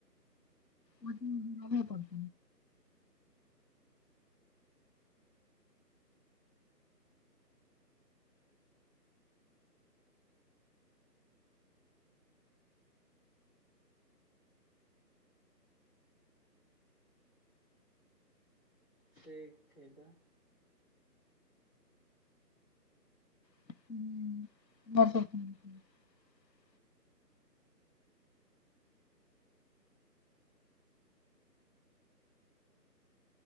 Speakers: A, on the left; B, on the left.
A: ओ नहि <inaudible>
B: ठीक छै तऽ।
A: <unintelligible>